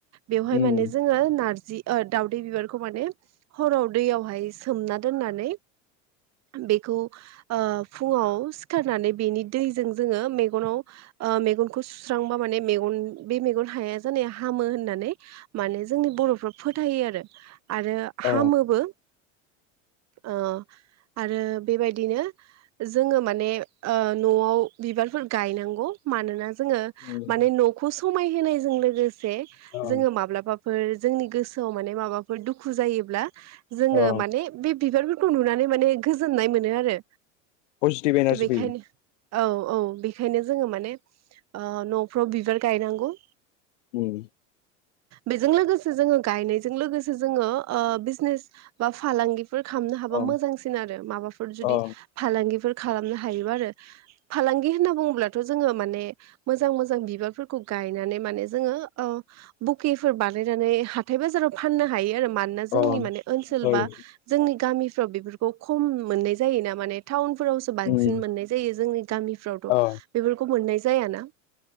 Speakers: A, on the right (about 45°); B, on the left (about 75°).
A: बेवहाय
B: उम
A: माने जोङो नारजि ओ दाउदै बिबारखौ माने हराव दैयावहाय सोमना दोननानै बेखौ फुङाव सिखारनानै बेनि दैजों जोङो मेगनाव मेगनखौ सुस्रांबा माने मेग बे मेगन हाया जानाया हामो होननानै माने जोंनि बर फोरा‌ फोथायो आरो आरो
B: अ
A: हामोबो। ओ आरो बेबायदिनो जोङो माने ओ नआव बिबारफोर गायनांगौ। मानोना जोङो
B: उम
A: माने नखौ समायहायजों लोगोसे
B: अ
A: जोङो माब्लाबाफोर जोंनि गोसोआव माने माबाफोर दुखु जायोब्ला जोङो
B: अ
A: माने बे बिबारफोरखौ नुनानै माने गोजोननाय मोनो आरो।
B: पजिटिभ इनारजी
A: थ' बेखायनो
B: फैयो।
A: औ औ बेखायनो जोङो माने ओ न'फ्राव बिबार गायनांगौ।
B: उम।
A: बेजों लोगोसे जोङो गायनायजों लोगोसे जोङो ओ बिजनेस बा फालांगि खालामनो हाबा
B: अ
A: मोजांसिन आरो माबाफोर जुदि
B: अ
A: फालांगिफोर खालामनो हायोबा आरो। फालांगि होनना बुङोब्लाथ' जोङो माने मोजां मोजां बिबारफोरखौ गायनानै माने जोङो ओ बकिफोर बानाय नानै हाथाय बाजाराव फाननो हायो आरो। मानोना जोंनि
B: अ
A: माने ओनसोल
B: ओइ
A: बा जोंनि गामि फोराव खम मोननाय जायोना माने टाउन फोरावसो बांसिन
B: उम
A: मोननाय जायो जोंनि गामिफ्रावथ'
B: अ
A: बेफोरखौ मोननाय जायाना